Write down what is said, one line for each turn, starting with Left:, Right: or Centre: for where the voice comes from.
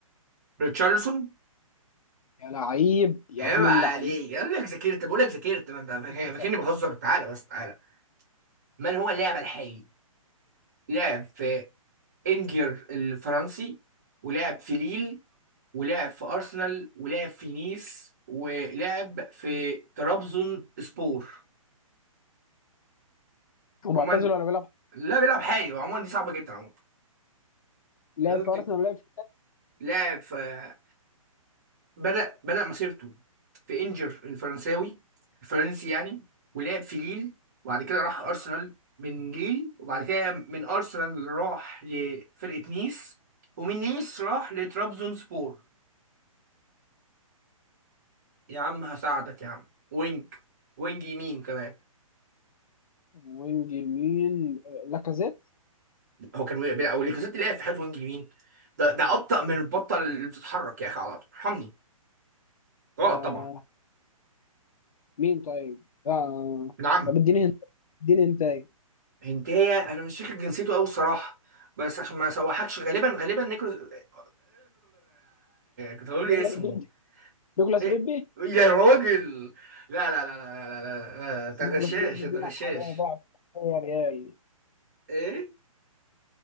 Right: ريتشارلسون
Left: يا لعيب يا
Right: عيب
Left: ابن
Right: عليك
Left: اللعيب
Right: قال لك ذاكرت بقول
Left: يا
Right: لك ذاكرت ما انت
Left: ابن
Right: فاك-
Left: اللعيب.
Right: فاكرني بهزر تعالى بس تعالى من هو اللاعب الحالي لعب في انجر الفرنسي ولعب في ليل ولعب في أرسنال ولعب في نيس ولعب في ترابزون سبور
Left: هو معتزل
Right: عموما
Left: ولا بيلعب
Right: لا بيلعب حالي عموما دي صعبة جدا عموما
Left: لعب
Right: لازم
Left: في
Right: تك-
Left: ارسنال ولا لعب في
Right: لاعب في بدأ بدأ مسيرته في إنجر الفرنساوي الفرنسي يعني ولعب في ليل وبعد كده راح أرسنال من ليل وبعد كده من أرسنال راح لفرقة نيس ومن نيس راح لترابزون سبور يا عم هساعدك يا عم وينج وينج يمين كمان
Left: وينج يمين آه، لاكازيت
Right: هو كان وقع بيلعب وليكوزيت لعب في حياته وينج يمين ده ده ابطأ من البطه اللي بتتحرك يا اخي على الارض ارحمني غلط
Left: آه
Right: طبعا
Left: مين طيب؟ آه.
Right: نعم
Left: طب اديني انت اديني انت ايه؟
Right: هنتايه انا مش فاكر جنسيته قوي الصراحه بس عشان ما اسوحكش غالبا غالبا نيكروز <laughs> كنت هقول لي
Left: نيكولاس
Right: اسمه
Left: بيبي نيكولاس
Right: إيه؟
Left: بيبي
Right: يا راجل لا لا لا لا لا لا لا
Left: بس
Right: انت غشاش
Left: نيكولاس بيبي
Right: انت
Left: بيلعب
Right: غشاش
Left: حاليا بيلعب في ريال
Right: ايه